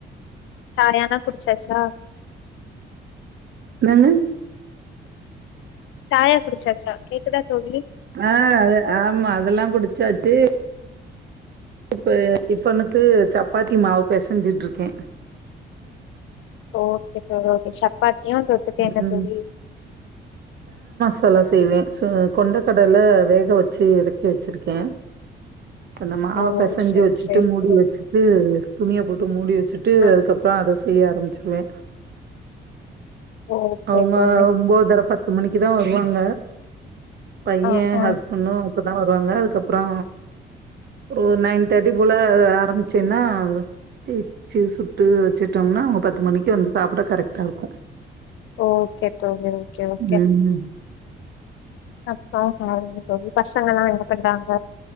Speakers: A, on the left; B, on the right.
A: சாயால்லா குடிச்சாச்சா?
B: என்னங்க?
A: சாயா குடிச்சாச்சா? கேக்குதா தோழி?
B: ஆ அது ஆமா அதெல்லாங் குடிச்சாச்சு. இப்ப டிஃபனுக்கு சப்பாத்தி மாவு பெசைஞ்சுட்ருக்கே.
A: ஓகே தோழி ஓகே சப்பாத் தியு தொட்டுக்க என்ன
B: ம்
A: தோழி?
B: லா செய்வே சு கொண்ட கடல வேக வச்சு இறக்கி வச்சிருக்கே. அந்த மாவ
A: ஓ
B: பெசஞ்சு
A: செரி
B: வச்சுட்டு
A: செரி
B: மூடி
A: தோழி
B: வச்சுட்டு துணிய போட்டு மூடி வச்சுட்டு
A: ஆ
B: அதுக்கப்புறோ அத செய்ய ஆரம்பி ச்சிருவே.
A: ஓகே
B: அவங்க
A: தோழி
B: ஒம்போதர பத் து மணிக்குதா வருவாங்க. பைய
A: ஆ ஆ
B: ஹஸ்பண்டு அப்பதா வருவாங்க. அதுக்கப்புறோ ஒரு நைன் தேர்ட்டி போல ஆரம்பிச்சேன்னா தேச்சு சுட்டு வச்சுட்டோம்னா அவங்க பத்து மணிக்கு வந்து சாப்பிட கரெக்டா இருக்கு.
A: ஓகே தோழி ஓகே ஓகே
B: ம்.
A: அப்ப சேரிங்க தோழி பசங்க எல்லா என்ன பண்றாங்க?